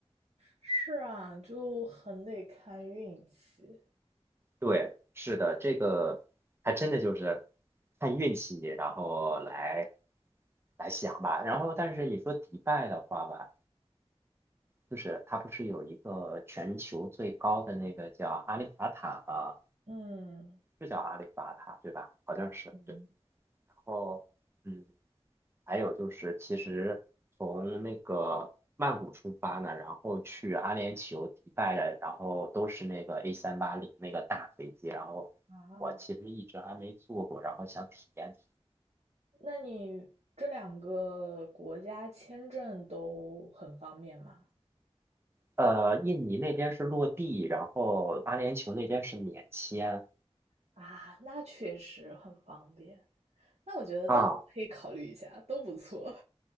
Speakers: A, on the right; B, on the right.
A: 是啊，就很得看运气。
B: 对，是的，这个还真的就是看运气，然后来来想吧。然后，但是你说迪拜的话吧，就是它不是有一个全球最高的那个叫阿里法塔吗？
A: 嗯
B: 是叫阿里法塔对吧？好像是对。
A: 嗯
B: 然后，嗯，还有就是，其实从那个曼谷出发呢，然后去阿联酋、迪拜，的，然后都是那个 a 三八零那个大飞机，然后我其实一直还没坐过，
A: 啊，
B: 然后想体验体
A: 那你这两个国家签证都很方便吗？
B: 呃，印尼那边是落地，然后阿联酋那边是免签
A: 啊，那确实很方便。那我觉得都可以考虑一下，
B: 啊，
A: 都不错，